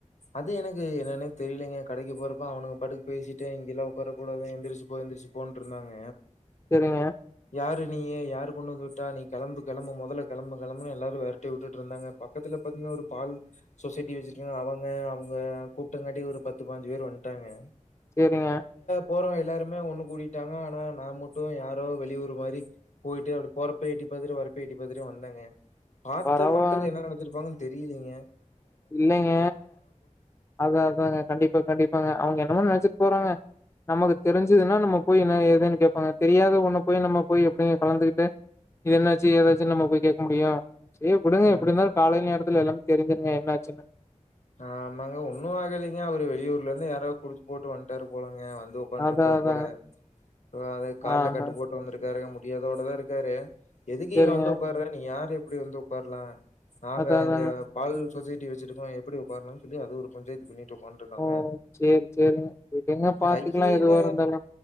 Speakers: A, on the left (about 65°); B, on the left (about 20°).
A: அது எனக்கு என்னன்னே தெரியலங்கே கடைக்கு போற ப்ப அவனுங்க பாட்டுக்கு பேசிட்டு இங்கேல்லாம் உக்கர கூடாது எந்திரிச்சி போ எந்திரிச்சி போன்ட்டு இருந்தாங்க
B: சரிங்க
A: யாரு நீயு யாரு கொண்ணு வந்து விட்டா நீ கெளம்பு கெளம்பு மொதல்ல கெளம்பு கெளம்புனு எல்லாரயும் வெரட்டி உட்டுட்டு இருந்தாங்க பக்கத்துல பாத்தீங்கன்னா ஒரு பால் சொசைட்டி வச்சிட்டுரு அவங்க அவுங்க கூப்டாங்காட்டி ஒரு பத்து பாஞ்சு பேரு வண்ட்டாங்க
B: சேரிங்க
A: போறவங்க எல்லாருமே ஒண்ணு கூடிட்டாங்க ஆனா நா மட்டும் யாரோ வெளியூர் மாரி போயிட்டு அப்டி போறப்ப எட்டி பாக்கற வரப்ப எட்டி பாத்துட்டே வந்தேங்க பாத்த
B: பரவா
A: மக்கள் என்ன நெனைச்சிருப்பாங்கனு தெரியிலைங்க
B: இல்லைங்க அதான் அதாங்க கண்டிப்பா கண்டிப்பாங்க அவுங்க என்னமோ நெனச்சிட்டு போறாங்க நமக்கு தெரிஞ்சுதுன்னா நம்ம போய் என்ன ஏதுன்னு கேப்பாங்க தெரியாத ஒண்ணு போய் நம்ம போய் எப்டிங்க கலந்துகிட்டு என்னாச்சி ஏதாச்சினு நம்ம போய் கேக்க முடியும் சரி விடுங்க
A: ம்.
B: எப்டி இருந்தாலும் காலை நேரத்துல எல்லாமே தெரிஞ்சிருங்க என்ன ஆச் சின்னு
A: ஆ ஆமாங்க ஒன்னும் ஆகலைங்கா அவரு வெளியூர்ல இருந்து யாரோ குடிச்சு போட்டு வண்ட்டாரு போல ங்க வந்து உக்கன்ட்ருபாரு
B: அதா அதாங்க
A: போல <unintelligible> கால்ல
B: ஆமா
A: கட்டு போட்டு வந்திருக்காரு புடியதோட தா இருக்காரு எதுக்கு
B: சரிங்க
A: இங்க வந்து உட்காறரு நீங்க யாரு இப்டி வந்து உட்காரலா நாங்க
B: அதா அதாங்க
A: இங்க பால் பேசிட்டு வச்சிருக்கோ எப்புடி உக் பார்ரானு சொல்லி அது ஒரு பஞ்சாயத்து பண்ணிடோ வன்ட்ருகாங்க
B: ஓ சேரி சேரிங்க விடுங்க பாத்துக்கலா
A: கையில
B: எதுவா இருந்தாலு